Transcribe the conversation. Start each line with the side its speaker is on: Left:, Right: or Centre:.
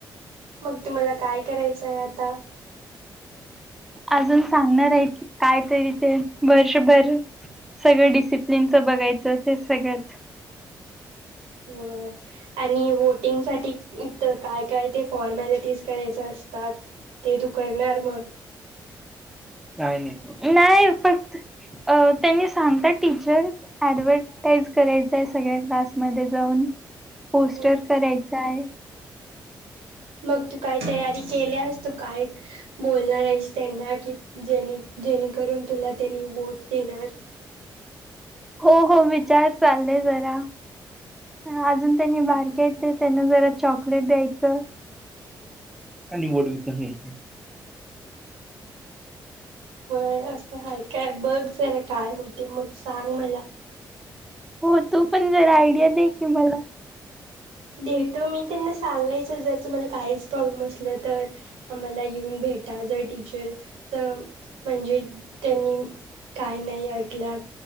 Right: मग तुम्हाला काय करायचंय आता.
Centre: अजून सांगणार आहे काय तरी ते वर्षभर सगळे डिसि पिल्न च बघायचं ते सगळंच.
Right: व्हय. आणि व्होटिंगसाठी तर काय काय ते फॉर्मॅलिटीज करायच असतात. ते तू करणार मग.
Centre: नाही फक्त त्यांनी सांगत टीचर ऍडवर्ड करायचा सगळ्या क्लासमध्ये जाऊन पोस्टर
Right: हम्म
Centre: करायचाय.
Right: मग तू काय तयारी केल्यास तू काय? बोलणार आहेस त्यांना की जे जेणेकरून तुला त्यांनी वोट देणार. <unintelligible>
Centre: हो हो विचार चाललेय जरा. ह अजून त्यांनी बारकी आहेत, तर त्यांना जरा चॉकलेट द्यायचं. आणि वोट विकत घ्यायचं.
Right: व्हय असं आहे काय बघ जरा काय होते, मग सांग मला.
Centre: हो तू पण जरा आयडिया दे की मला.
Right: देतो मी त्यांना सांगायच जर तुम्हाला काहीच प्रॉब्लेम असल तर आम्हाला येऊन भेटा. घेता जर टीचरच म्हणजे त्यांनी काय नाही ऐकल्यात.